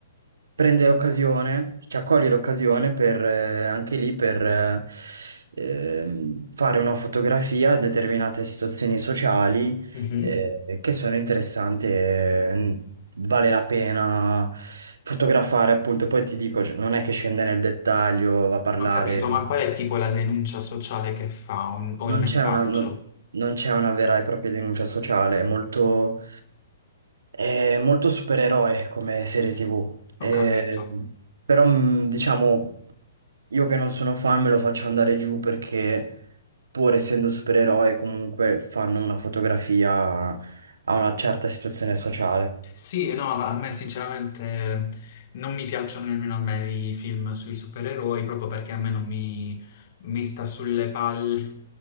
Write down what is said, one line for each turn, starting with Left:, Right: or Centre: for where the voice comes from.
Right: prendere occasione, cioè cogliere occasione per, eh, anche lì per eh, ehm, fare una fotografia a determinate situazioni sociali
Left: Mhm.
Right: eh, che sono interessanti e mm, vale la pena fotografare, appunto. Poi ti dico, non è che scende nel dettaglio, va a parlare,
Left: Ho capito, ma qual è tipo la denuncia sociale che fa un- o
Right: non
Left: il messaggio?
Right: c'è una, non, non c'è una vera e propria denuncia sociale, è molto, è molto supereroe come serie TV. Eh,
Left: Ho capito.
Right: però, mh, diciamo. Io che non sono fan me lo faccio andare giù perché pur essendo supereroi comunque fanno una fotografia a una certa situazione sociale.
Left: Sì, no, a me sinceramente non mi piacciono nemmeno a me i film sui supereroi, proprio perché a me non mi, mi sta sulle palle